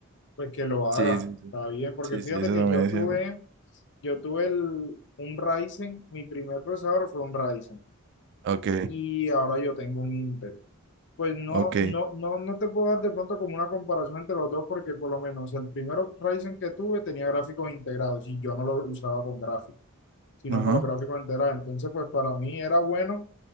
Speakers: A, on the left; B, on the right.
A: pues que lo
B: Sí,
A: haga.
B: sí, sí.
A: Está bien, porque
B: Sí,
A: fíjate
B: sí, eso
A: que
B: también
A: yo
B: es
A: tuve,
B: cierto.
A: yo tuve el, un Ryzen, mi primer procesador fue un Ryzen.
B: Ok,
A: Y ahora yo tengo un Intel. Pues no,
B: ok.
A: no, no, no te puedo dar de pronto como una comparación entre los dos, porque por lo menos el primero Ryzen que tuve tenía gráficos integrados y yo no lo usaba con gráficos, sino
B: Ajá.
A: con los gráficos integrados. Entonces, pues para mí era bueno,